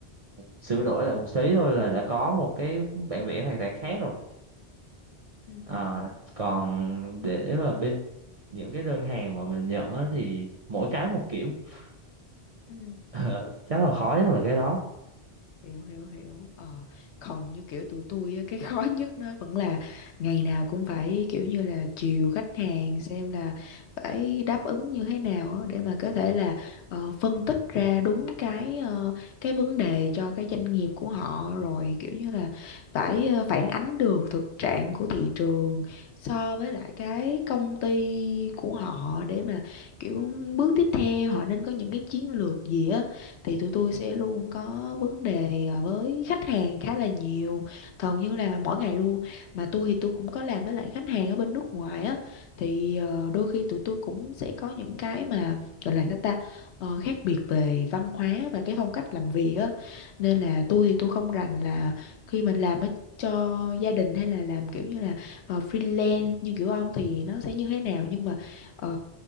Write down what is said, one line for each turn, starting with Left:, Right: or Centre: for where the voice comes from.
Right: sửa đổi lại một tí thôi là đã có một cái bản vẽ hoàn toàn khác rồi
Left: ừ
Right: à,
Left: ừ ừ
Right: còn để mà bên những cái đơn hàng mà mình nhận á, thì mỗi cái một kiểu <laughs>
Left: ừ
Right: Ờ, chắc là khó nhất là cái đó
Left: hiểu hiểu hiểu ờ còn như kiểu tụi tôi á, cái <laughs> khó nhất nó vẫn là ngày nào cũng phải kiểu như là chiều khách hàng xem là phải đáp ứng như thế nào á, để mà có thể là ờ, phân tích ra đúng cái ờ, cái vấn đề cho cái doanh nghiệp của họ rồi kiểu như là phải ờ, phản ánh được thực trạng của thị trường so với lại cái công ty của họ để mà kiểu bước tiếp theo họ nên có những cái chiến lược gì á thì tụi tôi sẽ luôn có vấn đề à, với khách hàng khá là nhiều hầu như là mỗi ngày luôn mà tôi thì tôi cũng có làm với lại khách hàng ở bên nước ngoài á thì ờ, đôi khi tụi tôi cũng sẽ có những cái mà gọi là sao ta Ờ, khác biệt về văn hóa và cái phong cách làm việc á nên là tôi thì tôi không rành là khi mình làm á cho gia đình hay là làm kiểu như là ờ, freelance như kiểu ông thì nó sẽ như thế nào nhưng mà ờ,